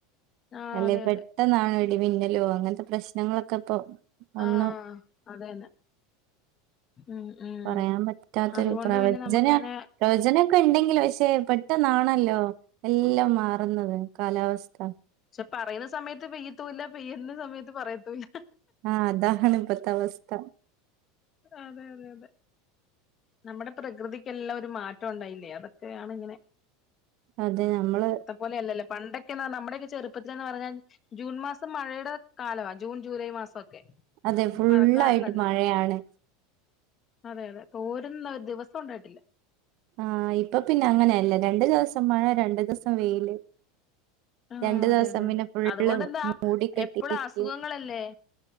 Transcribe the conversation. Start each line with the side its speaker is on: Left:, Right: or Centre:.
Left: ആഹ്
Right: അല്ലേ
Left: അതെ
Right: പെ
Left: അതെ
Right: പെട്ടെന്നാണ് ഇടിമിന്നലോ അങ്ങനത്തെ പ്രശ്നങ്ങളൊക്കെ ഇപ്പൊ ഒന്നും
Left: ആഹ് അതന്നെ ഉം മം
Right: പറയാൻ പറ്റാത്തൊരു
Left: അതുകൊണ്ട്
Right: പ്രവചന
Left: പിന്നെ നമുക്ക് അങ്ങനെ
Right: പ്രവചനൊക്കെ ഇണ്ടെങ്കിലോ പക്ഷെ പെട്ടെന്നാണല്ലോ എല്ലാം മാറുന്നത് കാലാവസ്ഥ
Left: ക്ഷെ പറയുന്ന സമയത്ത് പെയ്യത്തൂല്ല പെയ്യുന്ന സമയത്ത് പറയത്തൂല്ല
Right: ആഹ് അതാണു ഇപ്പത്തെ അവസ്ഥ
Left: അതെ അതെ അതെ നമ്മടെ പ്രകൃതിയ്ക്കെല്ലാം ഒരു മാറ്റം ഉണ്ടായില്ലേ അതൊക്കെയാണ് ഇങ്ങനെ
Right: അതെ നമ്മള്
Left: പോലെ അല്ലല്ലോ പണ്ടൊക്കെന്നുപറഞ്ഞാൽ നമ്മുടെ ചെറുപ്പത്തിൽ എന്ന് പറഞ്ഞാൽ ജൂൺ മാസം മഴേടെ കാലവാ ജൂൺ ജൂലൈ മാസൊക്കെ
Right: അതെ ഫുള്ളായിട്ട്
Left: മഴക്കാലം തന്നെ
Right: മഴയാണ്
Left: അതെ അതെ തോരുന്ന ഒരു ദിവസം ഉണ്ടായിട്ടില്ല
Right: ആഹ് ഇപ്പൊ പിന്നെ അങ്ങനെയല്ല രണ്ടു ദിവസം മഴ രണ്ടു ദിവസം വെയില്
Left: ആഹ്
Right: രണ്ടു
Left: അതെ
Right: ദിവസം
Left: അതെ
Right: പിന്നെ
Left: അതെ
Right: ഫുള്ള്
Left: അതുകൊണ്ടെന്താ
Right: മൂടികെട്ടിയിരിക്കും
Left: എപ്പളും അസുഖങ്ങളല്ലേ